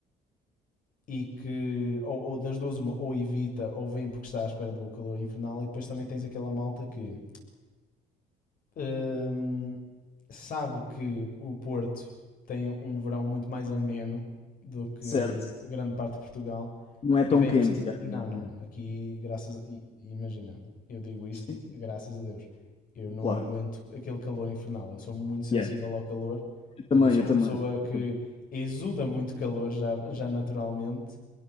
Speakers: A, on the left; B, on the left.
A: e que, ou, ou das duas uma, ou evita ou vem porque está à espera do calor infernal e depois também tens aquela malta que hum, sabe que o Porto tem um verão muito mais ameno do que
B: Certo.
A: grande parte de Portugal
B: Não é tão
A: e vem
B: quente,
A: precisa.
B: yeah,
A: Não,
B: yeah,
A: não,
B: yeah.
A: não. Aqui, graças. a- i- Imagina, eu digo isto,
B: Sim,
A: tipo,
B: sim,
A: graças a Deus. Eu não
B: claro.
A: aguento aquele calor infernal. Eu sou muito sensível
B: Yeah.
A: ao calor.
B: Eu também,
A: Tipo, eu sou
B: eu
A: uma
B: também.
A: pessoa que
B: Eu tam-
A: exuda muito calor já, já naturalmente.